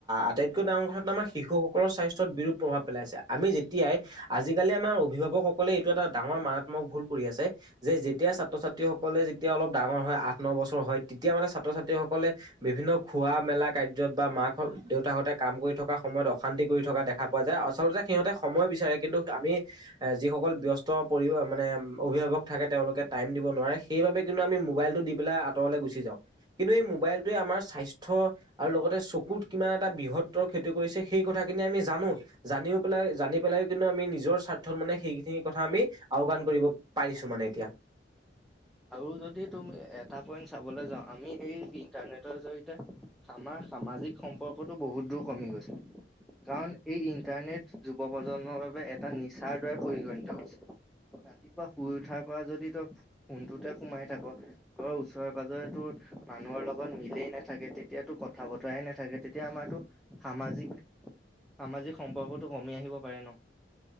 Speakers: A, on the right; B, in the centre.
A: আটাইতকৈ ডাঙৰ কথাটো আমাৰ শিশুসকলৰ স্বাস্থ্যত বিৰূপ প্ৰভাৱ পেলাইছে। আমি যেতিয়াই, আজিকালি আমাৰ অভিভাৱকসকলে এইটো এটা ডাঙৰ মাৰাত্মক ভুল কৰি আছে। যে, যেতিয়া ছাত্ৰ-ছাত্ৰী সকলে যেতিয়া অলপ ডাঙৰ হয়। আঠ ন বছৰ হয় তেতিয়া মানে ছাত্ৰ ছাত্ৰীসকলে- বিভিন্ন খোৱা মেলা কাৰ্যত বা মাক- দেউতাহঁতে কাম কৰি থকা সময়ত অশান্তি কৰি থকা দেখা পোৱা যায়। আচলতে সিহঁতে সময় বিচাৰে। কিন্তু আমি যিসকল ব্যস্ত পৰি মানে অভিভাৱক থাক- থাকে। তেওঁলোকে টাইম দিব নোৱাৰে, সেইবাবে কিন্তু আমি মোবাইলটো দি পেলাই। আতঁৰলৈ গুচি যাওঁ। কিন্তু এই মোবাইলটোৱে, আমাৰ স্বাস্থ আৰু লগতে চকুত কিমান - এটা বৃহত্তৰ ক্ষতি কৰিছে। সেই কথাখিনি আমি জানো। জানিও পেলাই জানি পেলাইও কিন্তু আমি নিজৰ স্বাৰ্থত মানে সেইখিনি কথা আমি। আওকান কৰিব পাৰিছো মানে এতিয়া।
B: আৰু যদি তুমি এটা পইন্ট চাবলৈ যাওঁ আমি এই ইন্টাৰনেটৰ জৰি আমাৰ সামাজিক সম্পৰ্কটো বহুত দূৰ কমি গৈছে। কাৰণ এই ইন্টাৰনেট যুৱ প্ৰজন্মৰ বাবে এটা নিচাৰ দৰে পৰিগণিত হৈছে, ৰাতিপুৱা শুই উঠাৰ পৰা যদি ত কোনটোতে সোমাই থাক ঘৰৰ ওচৰে পাজৰেতো মানুহৰ লগত মিলেই নাথাকে তেতিয়াতো কথা বতৰাই নাথাকে তেতিয়া আমাৰতো সামাজিক সামাজিক সম্পৰ্কটো কমি আহিব পাৰে ন।